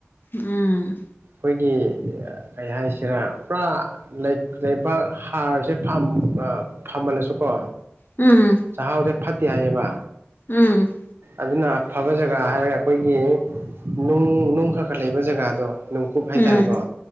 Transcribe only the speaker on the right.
ꯑꯩꯈꯣꯏꯒꯤ ꯀꯩ ꯍꯥꯏꯁꯤꯔ ꯄꯨꯔꯥ ꯂꯩ ꯂꯩꯕꯥꯛ ꯍꯥꯔꯁꯦ ꯐꯝ ꯑꯃ ꯐꯝꯃꯜꯂꯁꯨꯀꯣ
ꯆꯥꯛꯍꯥꯎꯖꯦ ꯐꯠꯇꯦ ꯍꯥꯏꯌꯦꯕ
ꯑꯗꯨꯅ ꯑꯐꯕ ꯖꯒꯥ ꯍꯥꯏꯔꯒ ꯑꯩꯈꯣꯏꯒꯤ ꯅꯨꯡ ꯅꯨꯡ ꯈꯔ ꯈꯔ ꯂꯩꯕ ꯖꯒꯥꯗꯣ ꯅꯨꯡꯀꯨꯞ ꯍꯥꯏꯇꯥꯔꯦꯀꯣ